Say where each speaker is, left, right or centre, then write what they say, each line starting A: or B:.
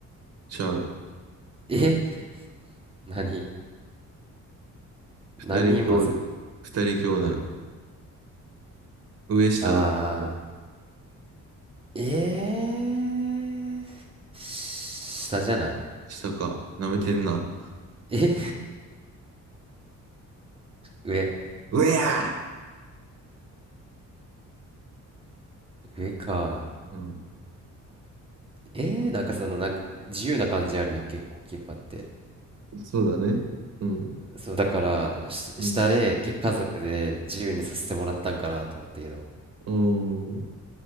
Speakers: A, on the right (about 55°); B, on the right (about 15°).
A: ちゃう。
B: え何
A: うん二人兄弟、
B: 何人まず
A: 二人兄弟、
B: うん。
A: 上下どっちだろう
B: ああ。えー、下じゃない
A: 下か、舐めてんな。
B: <laughs> え上
A: 上や
B: 上か。
A: ーうん、
B: えー、なんかそのなんか自由な感じあるやん、結構清香って。
A: そうだね。うん。
B: そう、だからし下で結家族で自由にさせてもらったんかなと思ったけど。
A: うん。うん